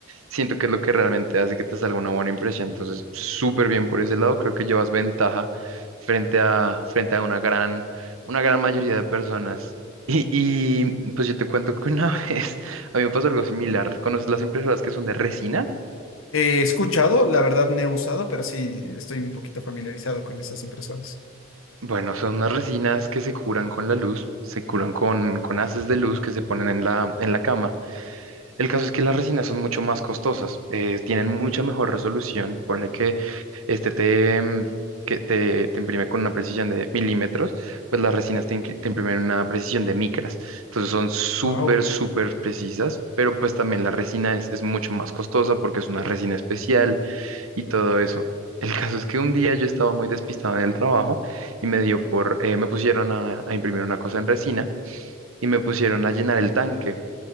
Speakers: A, on the right; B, on the left.
A: siento que es lo que realmente hace que te salga una buena impresión. Entonces, súper bien por ese lado, creo que llevas ventaja frente a, frente a una gran, una gran mayoría de personas. Y, y, pues yo te cuento que una <laughs> vez a mí me pasó algo similar. ¿Conoces las impresoras que son de resina?
B: He escuchado, la verdad no he usado, pero sí estoy un poquito familiarizado con esas impresoras.
A: Bueno, son unas resinas que se curan con la luz, se curan con, con haces de luz que se ponen en la, en la cama. El caso es que las resinas son mucho más costosas, eh, tienen mucha mejor resolución. Ponle que este te, mm, que te, te imprime con una precisión de milímetros, pues las resinas te, incri- te imprimen una precisión de micras. Entonces son súper,
B: Wow,
A: súper precisas, pero pues también la resina es, es mucho más costosa porque es una resina especial y todo eso. El caso es que un día yo estaba muy despistado en el trabajo y me dio por, eh, me pusieron a a imprimir una cosa en resina y me pusieron a llenar el tanque